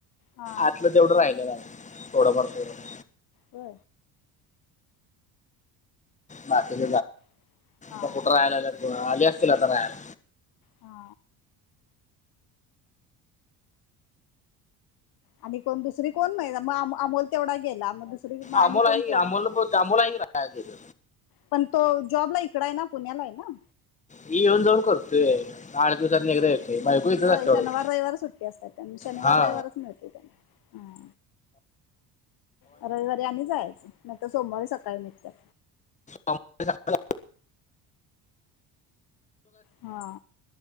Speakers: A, on the left (about 60°); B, on the left (about 20°).
A: हा
B: आतलं तेवढं राहिलं का थोडंफारत.
A: हो
B: की
A: मग हा
B: कुठं राहायला आली असतील आता राहायला,
A: हा आणि कोण दुसरी कोण नाही मग अमोल तेवढा गेला मग, दुसरी मग आणि
B: अमोलला
A: कोण
B: आहे
A: पोरं
B: आमोल,
A: आहेत
B: राहायला तिथं.
A: पण तो जॉबला इकड आहे ना पुण्याला आहे ना?
B: ही येऊन जाऊन करतोय आठ दिवसात एकदा येतोय. बायको इथंच
A: होय
B: असते
A: शनिवार
B: एवढं
A: रविवारच सुट्टी असतात त्यांना शनिवार
B: हा
A: रविवारच मिळते त्यांना. ह रविवारी आणि जायचं नाहीतर सोमवारी सकाळी निघतात.
B: हम हम.
A: हा